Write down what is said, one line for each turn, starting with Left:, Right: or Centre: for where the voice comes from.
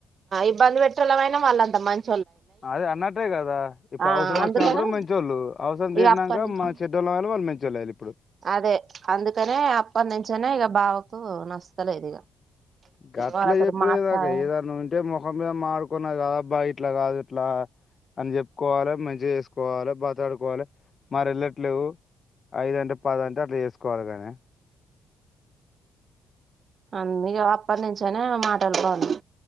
Right: ఇబ్బంది పెట్టల అయినా వాళ్ళంత మంచి
Left: అదే అన్నట్టే కదా ఇప్పుడు
Right: ఆ
Left: అవసరం వచ్చినప్పుడు
Right: అందుకని
Left: మంచోళ్ళు అవసరం తీరినాక
Right: ఇక అప్పటి నుంచి
Left: మా చెడ్డలు వాళ వాళ్ళ మ చులలి
Right: అదే అందుకనే అప్ప నుంచనే ఇక బావకు నష్టలేదు ఇక
Left: గట్ల
Right: వాళ్ళతోటి
Left: చెప్పడ
Right: మాట్లాడ
Left: నాక ఏదా నుంటే ముఖం మీద మాడుకున్నా కదా బయట ఇట్లా కాదు ఇట్లా అని చెప్పుకోవాలి మంచిగా కోవాలే మాట్లాడుకోవాలే మరేళ్ళట్లేవు ఐడెంట్ పాదంటే అట్లా చేసుకోవాలి గానే
Right: అన్నిగో అప్పటి నుంచనే మాటలు బందు